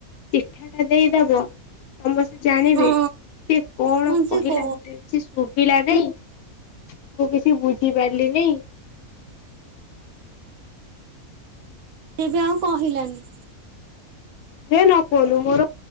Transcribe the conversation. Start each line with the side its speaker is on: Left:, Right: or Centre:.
Left: ଚିଠା ଟା ଦେଇଦବ ସମସ୍ତେ ଜାଣିବେ
Right: ହଁ
Left: ସେ କଣ
Right: ମୁଁ ସେ
Left: କହିଲା
Right: କ
Left: ମୁଁ କିଛି ଶୁଭିଲା ନାଇଁ ମୁଁ କିଛି ବୁଝି ପାରିଲିନି। ପାଇ ଗ
Right: ସେ ବି ଆଉ କହିଲାନି।
Left: ସେ ନ କୁହନ୍ତୁ ମୋର